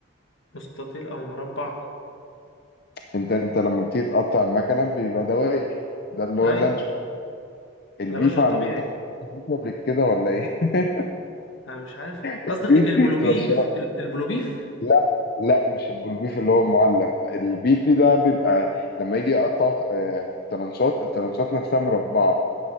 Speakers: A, on the left (about 70°); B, on the left (about 45°).
A: مستطيل او مربع
B: انت انت لما بتيجي تقطع المكنه بيبقى دواير ده اللي
A: ايوه
B: هو اللانشون البيف
A: ده لانشون
B: عند
A: طبيعي
B: انت بتاكل قبل كده ولا ايه <laughs>
A: انا مش عارف
B: البيفي
A: قصدك البلوبيف
B: بتبقى الشرا-
A: ال- البلوبيف
B: لا لا مش البلوبيف اللي هو المعلب البيفي ده بيبقى لما يجي يقطعوا آه، ترانشات الترانشات نفسها مربعة